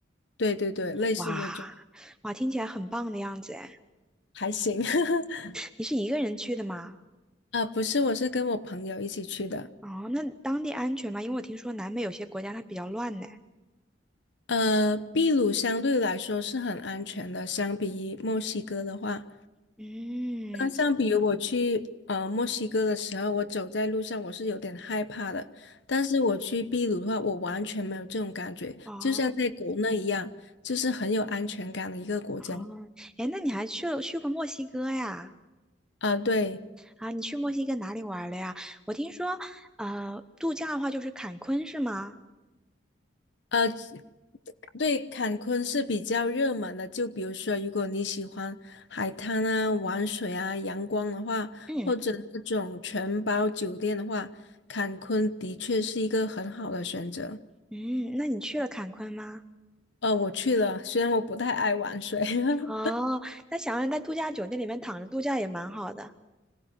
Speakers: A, on the left (about 65°); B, in the centre.
A: 对对对，类似那种，
B: 哇哇，听起来很棒的样子哎！
A: 还行。<laughs>
B: 你是一个人去的吗？
A: 啊，不是，我是跟我朋友一起去的。
B: 哦，那当地安全吗？因为我听说南美有些国家它比较乱呢。
A: 呃，秘鲁相对来说是很安全的，相比墨西哥的话，
B: 嗯，
A: 那相比于我去呃墨西哥的时候，我走在路上我是有点害怕的，但是我去秘鲁的话，我完全没有这种感觉，
B: 哦
A: 就像在国内一样，就是很有安全感的一个国家。
B: 哦，哎，那你还去了去过墨西哥呀？
A: 啊、对，
B: 啊，你去墨西哥哪里玩了呀？我听说，呃，度假的话就是坎昆是吗？
A: 呃，对，坎昆是比较热门的，就比如说，如果你喜欢海滩啊、玩水啊、阳光的话，
B: 嗯
A: 或者那种全包酒店的话，坎昆的确是一个很好的选择。
B: 嗯，那你去了坎昆吗？
A: 呃，我去了，虽然我不太爱玩水，<laughs>
B: 哦，那想要在度假酒店里面躺着度假也蛮好的。